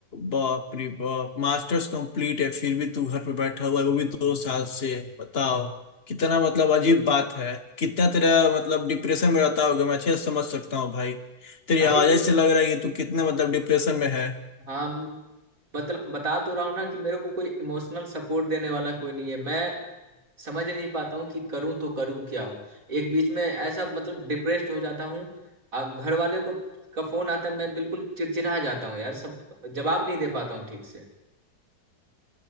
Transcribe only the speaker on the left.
बाप रे बाप मास्टर्स कंप्लीट है फिर भी तू घर पे बैठा हुआ है वो भी दो साल से बताओ कितना मतलब अजीब बात है कितना तेरा मतलब डिप्रेशन में रहता होगा मैं अच्छे से समझ सकता हूँ भाई तेरी
आवाज
से लग रहा है कि तू कितने मतलब डिप्रेशन में है